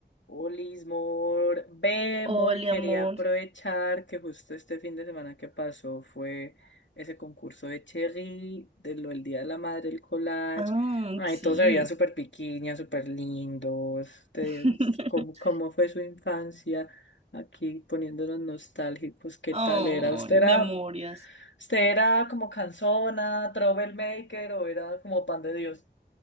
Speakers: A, on the left (about 85°); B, on the right (about 35°).
A: Olis, mor. Ve,
B: Hola,
A: mor, quería
B: amor.
A: aprovechar que justo este fin de semana que pasó fue ese concurso de Cherry, de lo del Día de la Madre, el collage.
B: Ah,
A: Ay,
B: sí.
A: todos se veían súper piquiñas, súper lindos. te-
B: <laughs>
A: ¿Cómo, cómo fue su infancia? Aquí poniéndonos nostálgicos, ¿qué
B: Ay,
A: tal era? ¿Usted era,
B: memorias.
A: usted era como canzona, troublemaker o era como pan de Dios?